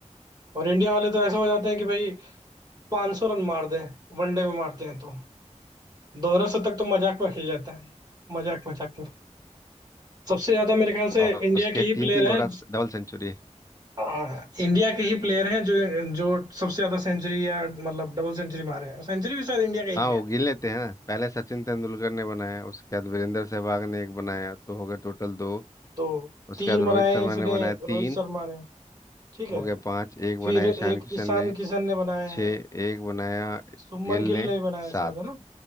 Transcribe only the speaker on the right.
और इंडिया वाले तो ऐसा हो जाते हैं कि भाई 500 रन मार दें वनडे में मारते हैं तो दोनों से तक तो मजाक में खेल जाता है मजाक मजाक में सबसे ज्यादा मेरे ख्याल से
इंडिया
के ही
प्लेयर
हैं
हाँ, इंडिया के ही प्लेयर हैं जो जो सबसे ज्यादा सेंचुरी या मतलब डबल सेंचुरी मारे हैं सेंचुरी भी शायद इंडिया का ही
प्लेयर
है।
तो
तीन
बनाए
हैं इसने
रोहित
शर्मा ने ठीक है
फिर एक
ईशान
किशन ने बनाए हैं
सुमन
गिल
ने भी बनाया शायद
है ना